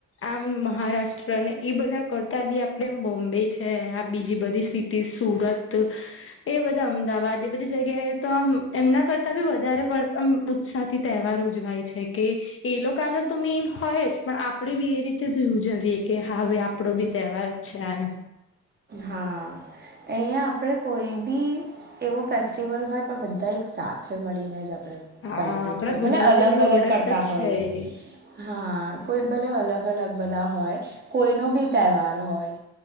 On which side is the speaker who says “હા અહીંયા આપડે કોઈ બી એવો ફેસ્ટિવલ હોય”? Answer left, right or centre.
Right